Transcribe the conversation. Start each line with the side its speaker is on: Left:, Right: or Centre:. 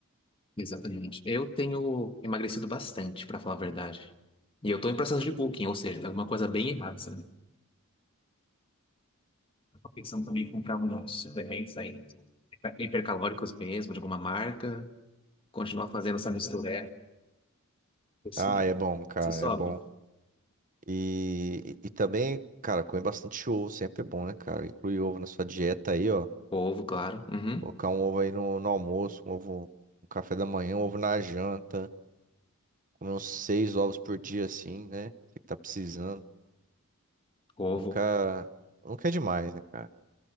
Left: Exatamente. Eu tenho emagrecido bastante, pra falar a verdade. E eu tô em processo de bulking, ou seja, tem alguma coisa bem errada, sabe? Eu Tô pensando também em comprar uns suplementos aí, hiper- hipercalóricos mesmo, de alguma marca. Continuar fazendo essa mistura Se,
Right: Ah, é bom, cara,
Left: se sobe.
Right: é bom. E, e, e também, cara, comer bastante ovo sempre é bom, né, cara? Incluir ovo na sua dieta aí, ó.
Left: Ovo, claro. Uhum.
Right: Colocar um ovo aí no, no almoço, um ovo no café da manhã, um ovo na janta. Comer uns seis ovos por dia, assim, né? Você que tá precisando.
Left: Ovo.
Right: Nunca, nunca é demais, né, cara?